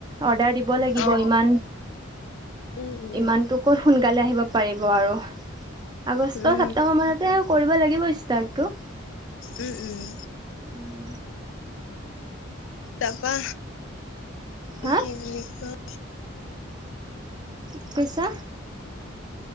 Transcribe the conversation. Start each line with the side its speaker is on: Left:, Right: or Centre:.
Right: অৰ্ডাৰ দি দিব লাগিব
Left: অ
Right: ইমান,
Left: উম উম।
Right: ইমানটো ক'ত সোনকালে আহিব পাৰিব আৰু আগষ্ট,
Left: উম
Right: ছেপ্টেম্বৰ মানতে কৰিব লাগিব ইচ তাৰটো।
Left: উম, উম।
Right: উম,
Left: তাপা,
Right: হা
Left: এ কি বুলি কয়
Right: কি কৈছা?